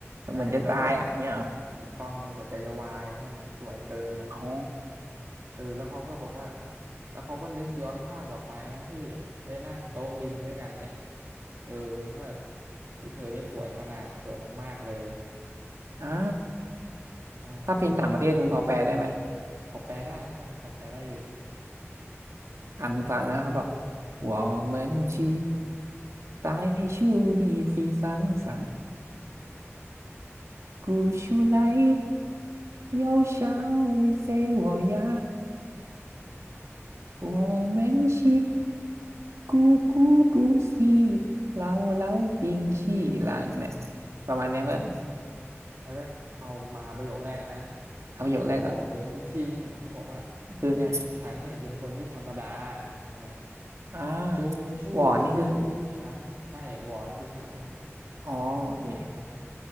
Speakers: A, on the right; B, on the right.
A: ใช่แล้วก็
B: อเหมือนจะตายอ่ะอย่างเงี้ยเหรอ
A: ถูกต้องเลยหัวใจจะวายเพื่อนสวยเกินอ่ะ
B: อ๋อ
A: เออแล้วเขาก็บอกว่าแล้วเขาก็นึกย้อนภาพกลับไปนะที่ได้นั่งโต๊ะริมด้วยกันเนี่ยเออว่าอุ้ยเธอนี่สวยขนาดสวยมากๆเลย
B: อ่า
A: อ่ามีอีกไหม
B: ถ้าเพลงต่างประเทศมึงพอแปลได้ไหม
A: พอแปลได้เพื่อนพอแปลได้อยู่
B: อ่ามึงฟังนะเขาบอกว่าเหมือนช我们是在树的地上上，古树来又笑น谁我呀？ู们是咕咕咕西เราเราปิงชี่ลางเนี่ยประมาณเนี้ยเพื่อน
A: เร้วกเอามาประโยคแรกนะ
B: เอาประโยคแรกก่อน
A: วอเหมือนชินเนี่ยเขาบอกว่า
B: คือไง
A: ฉันเนี่ยเป็นคนที่ธรรมดาอ่า
B: อ่า
A: จงชู่ชีชื่อฉันใช่วอนี่คือฉัน
B: หวอนนี่คือ อ๋อโอเค
A: อ่า